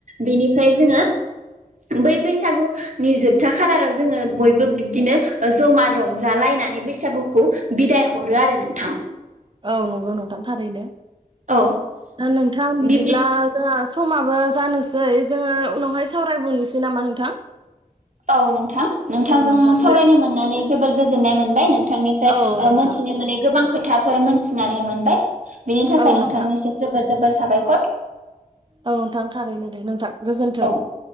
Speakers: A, on the right; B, on the right.
A: बेनिफ्राय जोंङो बै बैसागुनि जोबथा खालाराव जोंङो बयबो बिदिनो ज'मा रंजालायनानै बैसागुखौ बिदाय हरो आरो नोंथां।
B: औ नंगौ नोंथां थारैनो।
A: औ
B: नोंथां बिदिब्ला
A: बिब्दि
B: जोंहा समाबो जानोसै जोंङो उनावहाय सावरायबावनोसै नामा नोंथां।
A: औ नोंथां नोंथांजों
B: औ नोंथां
A: सावरायनो
B: दे
A: मोननानै जोबोर गोजोननाय मोनबाय नों बिथांनिफ्राय
B: औ
A: ओ
B: नोंथां
A: मोनथिनो मानै गोबां खो खोथाफोर मोनथिनानै मोनबाय। बेनि थाखाय
B: औ
A: नोंथांनिसिम
B: नोंथां
A: जोबोद जोबोद साबायखर।
B: औ नोंथां थारैनो दे नोंथां। गोजोन्थों
A: औ